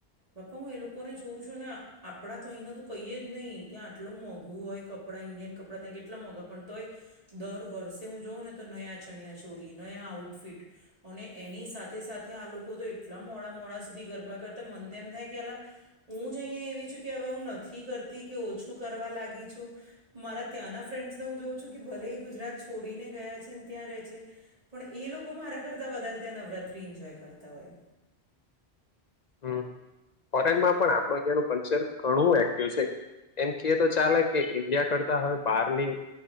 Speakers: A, on the right (about 35°); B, on the left (about 50°).
A: બાપા હું એ લોકોને જોઉં છું ને આપણા તો અહીંનો તો કહીએે જ નહીં ત્યાં આટલો મોંઘું હોય કપડાં ન કપડા ત્યાં કેટલા મોંઘા પણ તોય દર વર્ષે હું જોઉં ને તો નયા ચણિયા છોડી નયા આઉટફિટ અને એની સાથે સાથે આ લોકો તો એટલા મોડા મોડા સુધી ગરબા કરતા મન તો એમ થાય કે આલા હું જ અહીં એવી છું કે હવે હું નથી કરતી કે ઓછું કરવા લાગી છું મારા ત્યાંના ફ્રેન્ડ્સને હું જોઉં છું કે ભલે ગુજરાત છોડીને ગયા છે ને ત્યાં રહે છે પણ એ લોકો મારા કરતાં વધારે ત્યાં નવરાત્રિ એન્જોય કરતા હોય
B: હમ ફોરેનમાં પણ આપણું અહિયાયાનું કલ્ચર ઘણું એક્ટિવ છે એમ કે એ તો ચાલે કે ઈન્ડિયા કરતા હવે બહારની